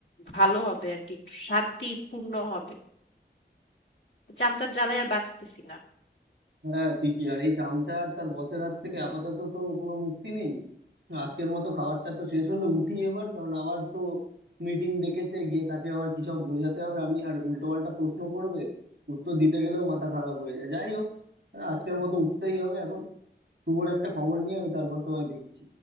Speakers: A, on the left; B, on the right.
A: ভালো হবে আর কি একটু শান্তিপূর্ণ হবে চামচার জ্বালায় আর বাঁচতেছি না
B: হ্যাঁ ঠিকই আর এই চামচা আর তার বসের হাত থেকে আপাতত তো কোনো মুক্তি নেই আজকের মতো খাবারটা তো শেষ হলো উঠি এবার কারণ আবার তো মিটিং ডেকেছে গিয়ে তাকে আবার কি সব বোঝাতে হবে আমি আর উল্টো পাল্টা প্রশ্ন করবে উত্তর দিতে গেলেও মাথা খারাপ হয়ে যায় যাই হোক আজকের মতো উঠতেই হবে এখন শুভর একটা খবর নিয়ে আমি তারপর তোমায় দেখছি